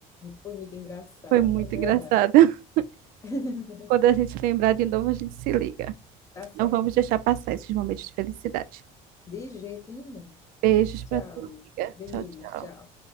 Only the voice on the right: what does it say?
Foi muito
engraçado. <laughs>
Quando a gente lembrar de novo, a gente se liga.
Não vamos deixar passar esses momentos de felicidade.
Beijos
pra tu, amiga.
Tchau, tchau.